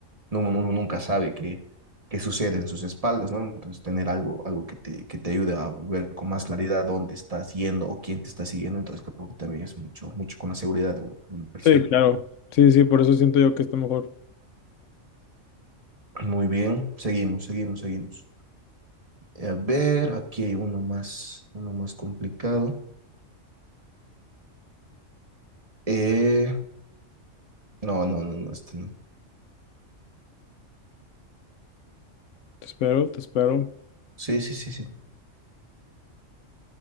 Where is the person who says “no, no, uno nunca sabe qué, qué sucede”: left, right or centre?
Right